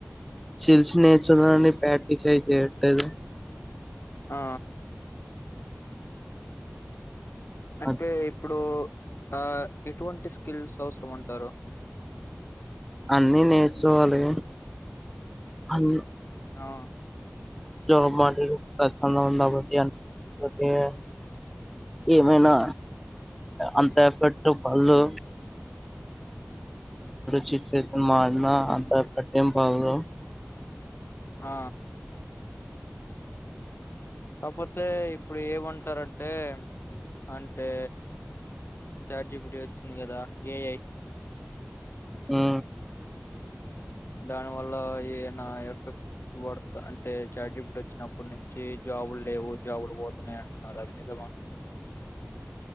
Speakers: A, in the centre; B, on the left.
A: చిల్స్ నేర్చునని ప్యాటిస్యి చేయట్టలేదు
B: ఆ అంటే
A: అ-
B: ఇప్పుడు ఆ ఎటువంటి స్కిల్స్ అవసరం అంటారు
A: అన్నీ నేర్చుకొవాలి అన్ని
B: ఆ
A: జాబ్ మందిబట్టి అ ఏమైనా అంత పెట్టు పళ జట్ మారిన అంతా పెట్టటి పళ్లు
B: ఆ కాకపోతే ఇప్పుడు ఏమంటరంటే అంటే చాట్ జీపీటీ వచ్చింది కదా ఎ ఐ
A: ఆ
B: దాని వల్ల ఏదనా ఎఫెక్ట్ పడుత అంటే చాజబట్ వచ్చినప్పటి నుంచి జాబులు లేవు జాబులు పోతున్నాయి అంటున్నారు అది నిజమా